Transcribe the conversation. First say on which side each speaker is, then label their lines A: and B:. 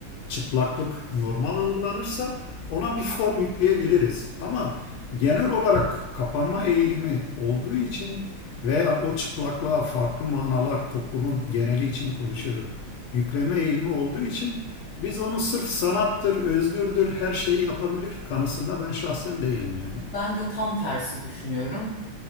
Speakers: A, on the left; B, on the left.
A: çıplaklık normal algılanırsa ona bir form yükleyebiliriz. Ama genel olarak kapanma eğilimi olduğu için veya o çıplaklığa farklı manalar toplumun geneli için konuşuyorum. Yükleme eğilimi olduğu için biz onu sırf sanattır, özgürdür, her şeyi yapabilir kanısında ben şahsen değilim yani.
B: Ben de tam tersi düşünüyorum.